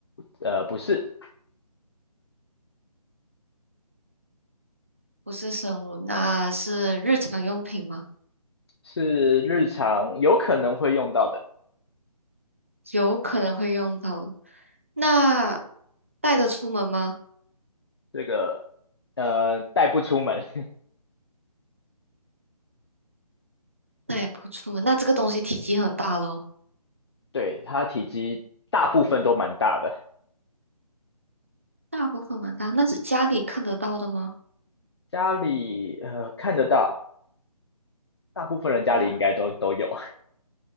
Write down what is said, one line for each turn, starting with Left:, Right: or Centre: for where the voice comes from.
Left: 呃，不是，
Right: 不是生物，那是日常用品吗？
Left: 是日常有可能会用到的，
Right: 有可能会用到的。那带得出门吗？
Left: 这个呃带不出门。
Right: 带不出门。那这个东西体积很大咯，
Left: 对，它体积大部分都蛮大的，
Right: 大部分蛮大。那是家里看得到的吗？
Left: 家里呃看得到，大部分人家里应该都都有。
Right: 呀，